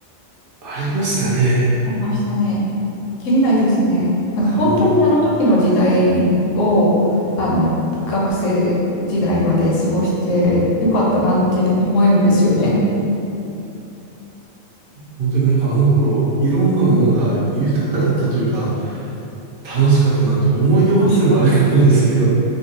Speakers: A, on the right; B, on the left.
A: ありましたね。
B: ありましたね。きりないですね。なんか本当にあの時の時代を、
A: いやもう、
B: あの、学生時代まで過ごしてよかったなって思えるんですよね。
A: 本当になんかあの頃、いろんなものが豊かだったというか、楽しかったなって思い出補正もあるかもですけど、
B: 楽しかった。